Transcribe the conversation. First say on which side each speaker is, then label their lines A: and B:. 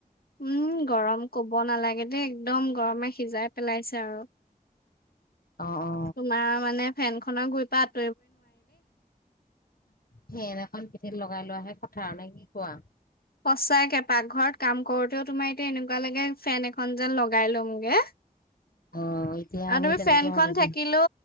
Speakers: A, on the left; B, on the left.
A: উম গৰম কব নালাগে দেই একদম গৰমে সিজাই পেলাইছে আৰু।
B: অ অ
A: তোমাৰ মানে ফেন খনৰ গৈ পাত
B: সেই এনেখন পিঠিত লগাই লোৱা হে কথাৰ নে কি কোৱা?
A: সঁচাকে পাকঘৰত কাম কৰোতেও তোমাৰ এতিয়া এনেকুৱা লাগে ফেন এখন যেন লগাই লমগে।
B: অ এতিয়া
A: আৰু
B: আমি
A: তুমি
B: তেনেকে
A: ফেনখন
B: ভাবিছো
A: থাকিলো